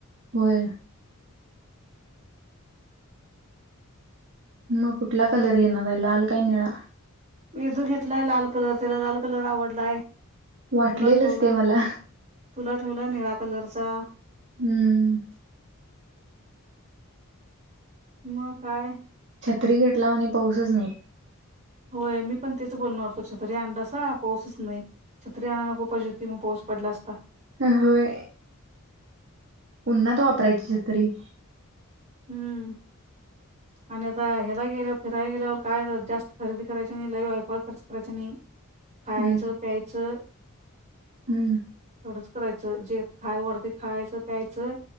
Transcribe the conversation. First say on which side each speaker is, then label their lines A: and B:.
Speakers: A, on the right; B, on the right.
A: होय. मग कुठला कलर घेणार आहे लाल काय निळा?
B: वेधू घेतलाय लाल कलर, त्याला लाल कलर आवडलाय. मग
A: वाटलेलच
B: तुला ठेवला
A: ते मला
B: तुला ठेवला निळा कलरचा.
A: हम्म.
B: मग काय?
A: छत्री घेतला आणि पाऊसच नाही.
B: होय, मी पण तेच बोलणार होतो, छत्री आणलासा पाऊसच नाही, छत्री आणु नको पाहिजे होती मग पाऊस पडला असता.
A: होय, उन्नात वापरायची छत्री.
B: हम्म आणि आता ह्याला गेल्यावर फिरायला गेल्यावर काय जास्त खरेदी करायची नाही, लय वायफळ खर्च करायची नाही.
A: हम्म
B: खायचं, प्यायचं.
A: हम्म
B: तेवढंच करायचं, जे खाय वाटतंय खायचं प्यायचं.